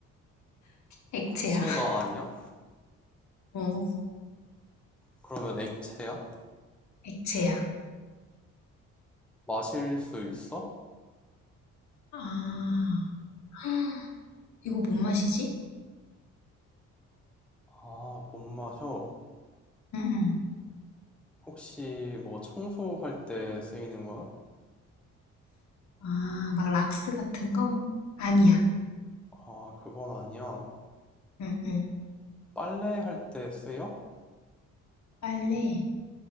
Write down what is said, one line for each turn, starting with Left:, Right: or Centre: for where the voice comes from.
Left: 액체야.
Centre: 고체가
Left: <laughs>
Centre: 아니야?
Left: 어?
Centre: 그러면 액체야?
Left: 액체야.
Centre: 마실 수 있어?
Left: 아. <gasps> 이거 뭔 맛이지?
Centre: 아, 못 마셔.
Left: 응응.
Centre: 혹시 뭐 청소할 때 쓰이는 거야?
Left: 아, 막 락스 같은 거? 아니야.
Centre: 아, 그건 아니야.
Left: 응응.
Centre: 빨래할 때 쓰여?
Left: 빨래.